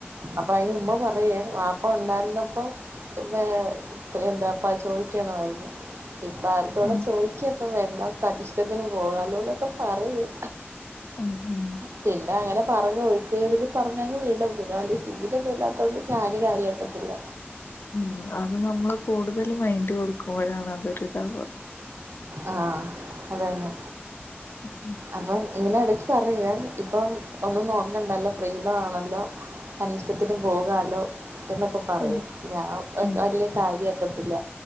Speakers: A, on the right (about 80°); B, on the left (about 60°).
A: അപ്പയിന് ഉമ്മ പറയേ വാ പ്പ ഉണ്ടായിരുന്നപ്പോ പിന്നെ എന്താപ്പാ ചോയിക്കണായിര്ന്ന് ഇപ്പാർക്കും ഇവടെ
B: ഉം
A: ചോയിക്കൊന്നും വേണ്ട തനിഷ്ടത്തിന് പോകാലോന്നോക്കെ പറയും
B: ഉഓ
A: പിന്നെ അങ്ങനെ പറഞ്ഞ് ഒഴ്ക്കെയിവില് പറഞ്ഞങ്ങ് വിടും പിന്നെ വല്ല്യ ശീലൊന്നും ഇല്ലാത്തൊണ്ട് ഞാനും കാര്യ ക്കത്തില്ല
B: മ്മ് അത് നമ്മള് കൂടുതല് മൈൻഡ് കൊടുക്കുമ്പോഴാണ് അതൊരിതാവ
A: ആഹ് അത് തന്നെ
B: ഉം
A: അപ്പൊ ഇങ്ങനെ എടക്ക് പറയേ ഇപ്പം ഒന്നും നോക്കണ്ടല്ലോ ഫ്രീഡാണല്ലോ തനിഷ്ടത്തിന് പോകാലോ എന്നൊക്കെ പറയും
B: ഉം
A: ഞാൻ
B: ഉം
A: വല്യ കാര്യാക്കത്തില്ല